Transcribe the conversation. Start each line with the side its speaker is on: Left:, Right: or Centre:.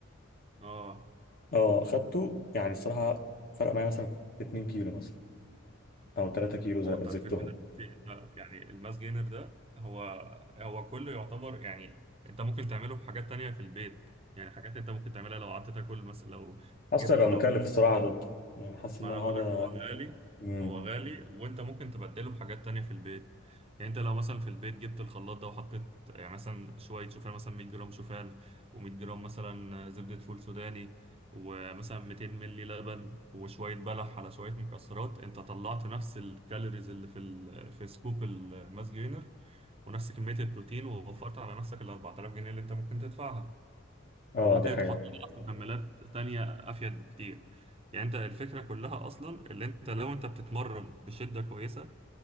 Right: اه
Left: اه خدته يعني الصراحه فرق معايا مثلا في 2 كيلو مثلا او 3 كيلو
Right: ما
Left: زي-
Right: هو انت
Left: زدتهم
Right: الفكره دلوقتي انت يعني الماس جينر ده هو هو كله يعتبر يعني انت ممكن تعمله في حاجات تانية في البيت يعني حاجات انت ممكن تعملها لو قعدت تاكل مثلا لو
Left: حاسس
Right: جبت
Left: هيبقى مكلف
Right: لو
Left: الصراحه ضده يعني حاسس
Right: ما
Left: ان
Right: انا
Left: انا هقعد
Right: بقول لك هو غالي
Left: امم
Right: هو غالي وانت ممكن تبدله بحاجات تانية في البيت يعني انت لو مثلا في البيت جبت الخلاط ده وحطيت يعني مثلا شوية شوفان مثلا 100 جرام شوفان و100 جرام مثلا زبدة فول سوداني ومثلا 200 ملي لبن وشوية بلح على شوية مكسرات انت طلعت نفس الكالوريز اللي في ال... في سكوب الماس جينر ونفس كمية البروتين ووفرت على نفسك ال 4000 جنيه اللي انت ممكن تدفعها
Left: اه
Right: وممكن
Left: دي حقيقه
Right: تحط لها مكملات تانية أفيد بكتير يعني أنت الفكرة كلها أصلا اللي أنت لو أنت بتتمرن بشدة كويسة